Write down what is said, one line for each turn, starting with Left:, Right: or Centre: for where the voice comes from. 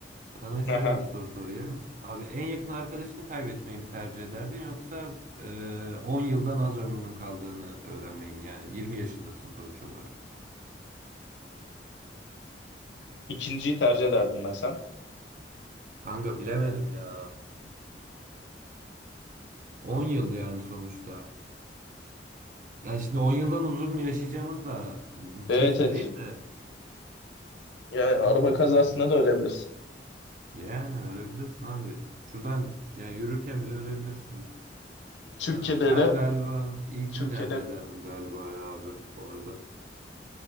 Right: Sana şöyle
Left: Aha.
Right: bir soru sorayım. Abi en yakın arkadaşını kaybetmeyi mi tercih ederdin yoksa e, 10 yıldan az ömrünün kaldığını öğrenmeyi mi? Yani 20 yaşındasın sonuç olarak.
Left: İkinciyi tercih ederdim ben sen.
Right: Kanka bilemedim ya. 10 yıl yani sonuçta. Yani şimdi 10 yıldan uzun yaşayacağımız da <laughs>
Left: Evet
Right: kesin
Left: evet.
Right: değil de.
Left: Ya
Right: Ama
Left: araba
Right: bilmiyorum.
Left: kazasında da ölebilirsin.
Right: Yani ölebilirsin abi. Şuradan yani yürürken bile ölebilirsin.
Left: Türkiye'de
Right: Ee, Ben
Left: hele
Right: galiba ilkini
Left: Türkiye'de
Right: tercih ederdim galiba ya abi bu arada.